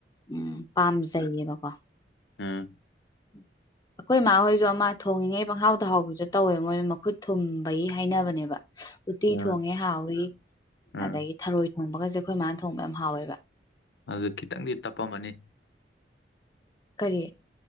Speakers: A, on the left; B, on the left.
A: ꯎꯝ ꯄꯥꯝꯖꯩꯌꯦꯕꯀꯣ
B: ꯎꯝ
A: ꯎ <inaudible> ꯑꯩꯈꯣꯏ ꯏꯃꯥꯍꯣꯏꯁꯨ ꯑꯃ ꯊꯣꯡꯉꯤꯉꯩ ꯄꯪꯍꯥꯎ ꯇꯍꯥꯎꯕꯗꯣ ꯇꯧꯋꯦꯕ ꯃꯣꯏꯅ ꯃꯈꯨꯠ ꯊꯨꯝꯕꯒꯤ ꯍꯥꯏꯅꯕꯅꯦꯕ <unintelligible> ꯎꯇꯤ
B: ꯑꯥ
A: ꯊꯣꯡꯉꯦ ꯍꯥꯎꯋꯤ
B: ꯑꯥ
A: ꯑꯗꯒꯤ ꯊꯔꯣꯏ ꯊꯣꯡꯕꯒꯖꯦ ꯑꯩꯈꯣꯏ ꯃꯥꯅ ꯊꯣꯡꯕ ꯌꯥꯝ ꯍꯥꯎꯋꯦꯕ
B: ꯑꯗꯨ ꯈꯤꯇꯪꯗꯤ ꯇꯞꯄꯝꯃꯅꯤ
A: ꯀꯔꯤ